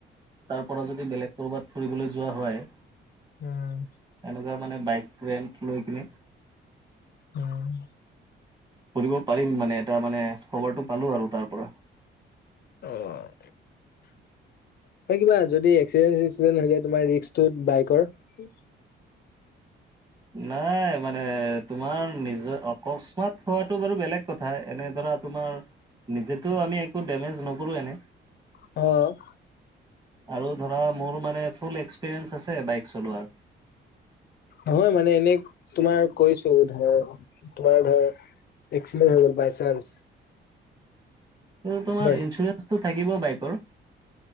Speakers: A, on the right; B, on the left.
A: তাৰ পৰা যদি বেলেগ কৰবাত ফুৰিবলৈ যোৱা হয়।
B: উম্,
A: এনেকুৱা মানে বাইক ৰেন্ট লৈ কিনে।
B: উম্,
A: ফুৰিব পাৰিম মানে এটা মানে, খবৰটো পালোঁ আৰু তাৰ পৰা।
B: অ', হয় কিবা। যদি এক্সিডেণ্ট চেক্সিডেন্ট হৈ যায়, তোমাৰ ৰিক্সটো বাইকৰ, উম
A: নাই মানে, তোমাৰ নিজৰ অকস্মাত হোৱাটো বাৰু বেলেগ। কথা, এনে ধৰা তোমাৰ নিজেতো আমি একো ডেমেজ নকৰোঁ এনে।
B: অ',
A: আৰু ধৰা, মোৰ মানে ফুল এক্সপিৰিয়েঞ্চ আছে বাইক চলোৱাৰ।
B: নহয় মানে এনে, তোমাৰ কৈছোঁ ধৰ, তোমাৰ ধৰ এক্সিডেন্ট হৈ গ'ল বাই চান্স।
A: অ', তোমাৰ
B: দে,
A: ইঞ্চুৰেঞ্চটো থাকিব বাইকৰ